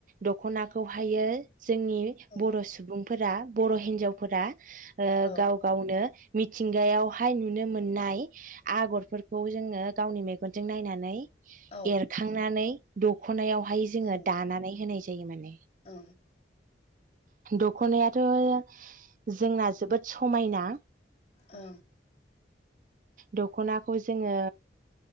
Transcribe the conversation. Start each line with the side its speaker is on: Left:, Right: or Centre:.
Right: दखनाखौहायो जोंनि
Left: उम
Right: बर' सुबुं फोर बर' हिन्जावफोरा ओ
Left: औ
Right: गाव गावनो मिथिंगायाव हाय नुनो मोननाय आगरफोरखौ जोङो गावनि मेनजों नायनानै नै
Left: औ
Right: एरखांनानै दुख दखनायावहाय जोङो
Left: उम
Right: दानानै होनायज जायो माने
Left: उम
Right: दखनाया जया जोंना जोबोद समायना
Left: ओ
Right: दखनाखौ जोङो